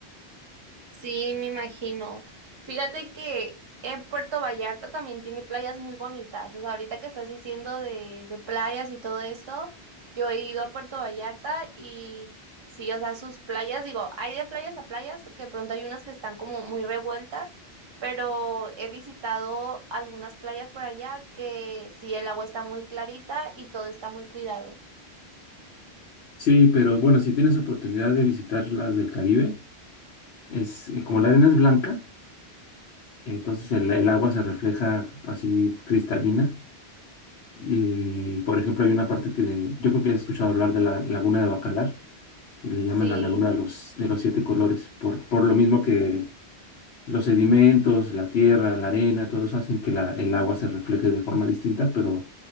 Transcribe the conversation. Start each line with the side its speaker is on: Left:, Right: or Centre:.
Right: Sí, me imagino. Fíjate que en Puerto Vallarta también tiene playas muy bonitas. O sea, ahorita que estás diciendo de, de playas y todo esto, yo he ido a Puerto Vallarta y sí, o sea, sus playas, digo, hay de playas a playas porque de pronto hay unas que están como muy revueltas, pero he visitado algunas playas por allá que sí, el agua está muy clarita y todo está muy cuidado.
Left: Sí, pero bueno, si tienes oportunidad de visitar las del Caribe, es eh, como la arena es blanca, entonces el, el agua se refleja así cristalina. Y por ejemplo, hay una parte que yo creo que has escuchado hablar de la Laguna de Bacalar, que le llaman
Right: Sí.
Left: la Laguna de los, de los Siete Colores, por, por lo mismo que Los sedimentos, la tierra, la arena, todos hacen que la- el agua se refleje de forma distinta, pero